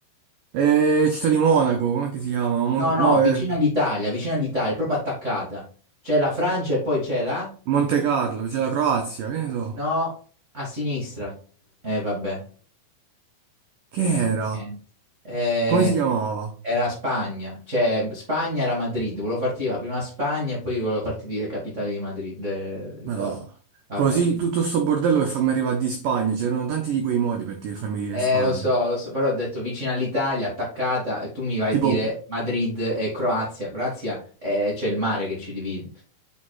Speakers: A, on the right; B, on the right.
A: eh, Città di Monaco, come che si chiama? Mon-
B: No, no,
A: no,
B: vicino
A: eh,
B: all'Italia, vicino all'Italia, proprio attaccata. C'è la Francia e poi c'è la...
A: Monte Carlo, c'è la Croazia, che ne so.
B: No, a sinistra. Eh, vabbè.
A: Che era?
B: Eh, niente. Eh,
A: Come si chiamava?
B: era Spagna. Cioè, Spagna era Madrid. Volevo farti dire la prima Spagna e poi volevo farti dire capitale di Madrid. le- le
A: Ma
B: cose.
A: no.
B: Vabbè.
A: Così tutto sto bordello per farmi arrivare di Spagna, c'erano tanti di quei modi per dire- farmi dire
B: Eh,
A: Spagna.
B: lo so, lo so, però ho detto vicino all'Italia, attaccata, e tu mi vai
A: Tipo,
B: a dire Madrid e Croazia. Croazia, eh, c'è il mare che ci divide.